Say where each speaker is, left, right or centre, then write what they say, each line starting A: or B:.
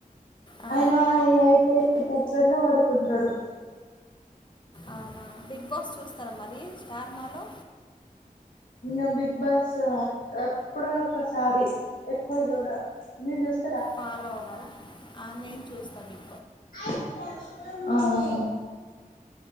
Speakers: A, on the left; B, on the left.
A: ఆ,
B: ఆయన ఎయిట్ ఎయిట్ థర్టీ కట్ల పడుకుంటాడు.
A: అవునా బిగ్ బాస్ చూస్తరా మరి. స్టార్మా లొ
B: ఇంగ బిగ్ బాస్ ఎప్పుడో ఒక్కసారి ఎక్కువ చూడ మీరు చూస్త
A: పాలోవర్ ఆ నేను చూస్తాను.
B: ఆత్త, మమ్మీ